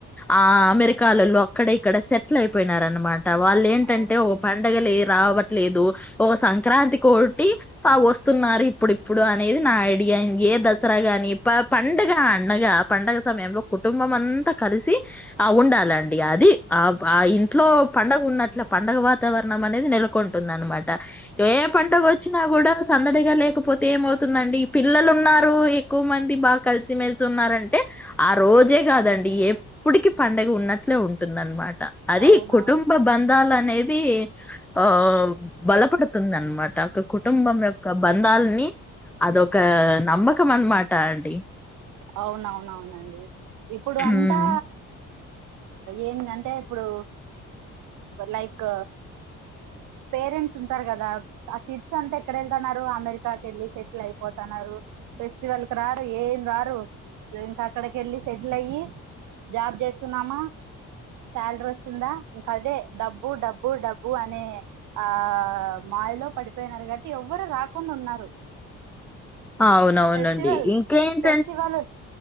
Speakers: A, in the centre; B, on the right.
A: ఆ అమెరికాాలలో, అక్కడ ఇక్కడ సెట్ల అయిపోయినార అన్నమా. వాళ్ళు ఏంటంటే
B: అవును
A: ఓ పండగలే. రావట్లేదు, ఒక సంక్రాంతి కోటి అ వస్తున్నారు ఇప్పు. ఇప్పుడు అనేది నా ఐడియా ఏ దసరా గాని ప పండగ అండగా పండగ సమయంలో కుటుంబం అంతా కలిసి, ఆ ఉండాలండి అది, ఆ ఆ ఇంట్లో పండుగ ఉన్నట్ల పండగ వాతావరణం అనేది నెలకొంటుంద అన్నమాట. ఎ పండగొచ్చి. నా కూడా సందడిగా లేకపో. ఏమవుతుందండి? పిల్లలు ఉన్నారు ఎక్కువ మంది బాగా కలిసిమెలిసి ఉన్నారంటే, ఆ రోజే కాదండి ఎప్పటికి పండుగ ఉన్న ట్లే ఉంటుందండి. మాట, అది
B: అవునవును
A: కుటుంబ బందాల అన్ అనేది ఆ బలపడుతుంది అనమాట ఒకొక్క కుటుంబం యొక్క బంధాలని. అదొక నమ్మకం అన్నమాట అండి.
B: అవునవునవునండి! ఇప్పుడు
A: ఉమ్.
B: అంతా ఏందంటే ఇప్పుడు లైక్ పేరెంట్స్ ఉంటారు కదా! ఆ కిడ్స్ అంతా ఎక్కడ వెళ్తున్నారు? అమెరికాకి వెళ్ళి సెటిల్ అయిపోతున్నారు. ఫెస్టివల్ కు రారు ఏం రారు. ఇంకా అక్కడిక వెళ్ళి సెటిల్ అయ్యి, జాబ్ చేస్తున్నామా సాలరీ వస్తుందా ఇంక అదే డబ్బు డబ్బు డబ్బు అనే ఆ మాయలో పడిపోయినారు. కాట్టి ఎవ్వరు రాకుండా ఉన్నారు.
A: అవునవునండి
B: ఫెస్టివల్
A: ఇంకేంటి?
B: ఫెస్టివల్